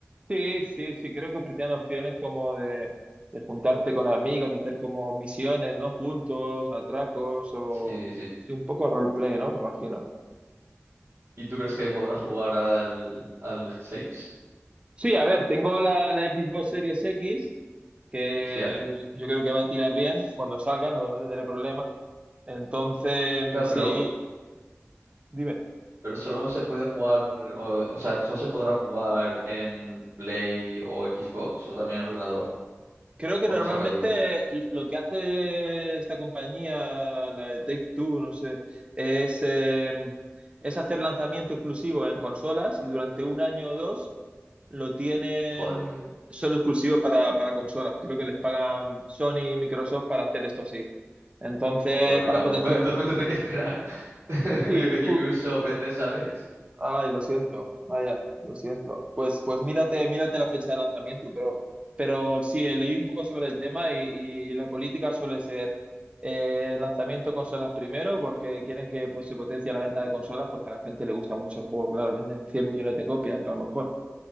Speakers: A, on the right; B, on the right.
A: Sí, sí, sí, creo que ofrecían opciones como de, de juntarte con amigos, hacer como misiones, ¿no? Juntos, atracos o
B: Sí, sí.
A: sí, un poco roleplay, ¿no? Me imagino.
B: ¿Y tú crees que podrás jugar al, al 6?
A: Sí, a ver, tengo la, la Xbox Series X, que
B: Hostia,
A: yo yo creo que va a tirar bien cuando salga, no, no tendré problema. Entonces,
B: claro, pero
A: sí, dime.
B: Pero solo se puede jugar, o, o sea, solo se podrá jugar en Play o Xbox o también en ordenador.
A: Creo que
B: Cuando
A: normalmente
B: salga, digo.
A: lo que hace esta compañía, la de Take-Two, no sé, es, eh, es hacer lanzamiento exclusivo en consolas y durante un año o dos lo tienen
B: Joder,
A: solo exclusivo para, para consolas. Creo que les pagan Sony y Microsoft para hacer esto así. Entonces,
B: joder, me
A: para
B: cago
A: potenciar...
B: en... <laughs> Entonces me tendré que esperar. <laughs>
A: Sí,
B: Yo que, yo
A: tú,
B: que uso PC, ¿sabes?
A: Ay, lo siento, vaya, lo siento. Pues, pues mírate, mírate la fecha de lanzamiento, pero, pero sí, eh, leí un poco sobre el tema y, y la política suele ser eh, el lanzamiento de consolas primero, porque quieren que pues, se potencie la venta de consolas, porque a la gente le gusta mucho el juego, claro, venden 100 millones de copias a lo mejor.